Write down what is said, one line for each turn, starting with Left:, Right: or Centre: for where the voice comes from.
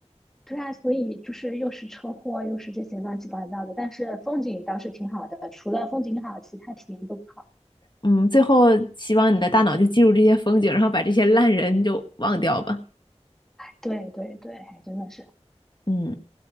Centre: 对啊，所以就是又是车祸，又是这些乱七八糟的，但是风景倒是挺好的，除了风景好，其他体验都不好。
Left: 嗯，最后希望你的大脑就记住这些风景，然后把这些烂人就忘掉吧。
Centre: 对对对，还真的是。
Left: 嗯，